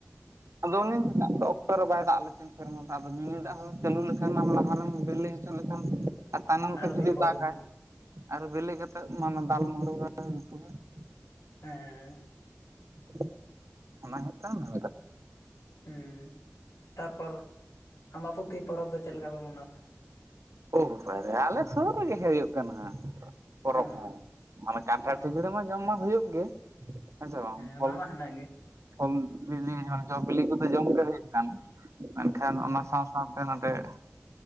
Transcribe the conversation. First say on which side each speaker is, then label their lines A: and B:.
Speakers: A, on the right; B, on the left.
A: ᱟᱫᱚ ᱚᱱᱮ ᱫᱟᱜ ᱫᱚ ᱚᱠᱛᱚ ᱨᱮ ᱵᱟᱭ ᱫᱟᱜ ᱞᱮᱠᱷᱟᱱ ᱠᱷᱟᱱ ᱥᱮᱨᱢᱟ ᱫᱟᱜ ᱟᱫᱚ ᱢᱤᱱᱤ ᱫᱟᱜ ᱦᱚᱸ ᱪᱟᱹᱞᱩ ᱞᱮᱠᱷᱟᱱᱟᱢ ᱞᱟᱦᱟ ᱨᱮᱢ ᱵᱮᱞᱮ ᱦᱚᱪᱚ ᱞᱮᱠᱷᱟᱱ ᱟᱨ ᱛᱟᱭᱱᱚᱢ
B: ᱟᱨᱚ
A: ᱛᱮ ᱡᱩᱫᱤ
B: ᱵᱤᱯᱚᱫ
A: ᱫᱟᱜᱟᱭ
B: ᱮᱱᱟ
A: ᱟᱨ ᱵᱮᱞᱮ ᱠᱟᱛᱮᱜ ᱢᱟᱢ ᱫᱟᱞ <unintelligible>
B: ᱦᱮᱸᱻ᱾
A: <inaudible> ᱚᱱᱟ ᱦᱳᱭᱳᱜ ᱠᱟᱱ ᱢᱮᱱ‌ ᱫᱚ᱾
B: ᱩᱸᱻ ᱛᱟᱨᱯᱚᱨ ᱟᱢᱵᱟᱯᱩᱛᱤ ᱯᱚᱨᱚᱵᱽ ᱫᱚ ᱪᱮᱜ ᱞᱮᱠᱟ ᱯᱮ ᱢᱟᱱᱟᱣᱟ?
A: ᱳ ᱵᱟᱵᱟᱨᱮ ᱟᱞᱮ ᱥᱩᱨ ᱨᱮᱜᱮ ᱦᱩᱭᱩᱜ ᱠᱟᱱᱟ ᱦᱟᱸᱜ ᱯᱚᱨᱚᱵᱽ
B: ᱦᱮᱸ
A: ᱦᱚᱸ᱾ ᱢᱟᱱᱮ ᱠᱟᱱᱴᱷᱟᱲ
B: ᱦᱮᱸ
A: ᱠᱷᱟᱹᱡᱟᱹᱤ ᱢᱟ ᱡᱚᱢ ᱢᱟ ᱦᱩᱭᱩᱜ ᱜᱮ ᱦᱮᱸ ᱥᱮ ᱵᱟᱝ
B: ᱚᱱᱟ
A: ᱯᱷᱚᱞ
B: ᱢᱟ
A: ᱠᱩ᱾
B: ᱦᱮᱱᱟᱜ ᱜᱮ
A: ᱯᱷᱚᱞ ᱵᱤᱞᱤ ᱚᱱᱮ ‌ᱡᱚ ᱵᱤᱞᱤ ᱠᱩᱫᱚ ᱡᱚᱢ ᱜᱮ ᱦᱩᱭᱩᱜ ᱠᱟᱱᱟ ᱢᱮᱱᱠᱷᱟᱱ
B: ᱦᱮᱸ
A: ᱚᱱᱟ ᱥᱟᱶ ᱥᱟᱶᱛᱮ‌ ᱱᱚᱱᱰᱮ ᱼᱼ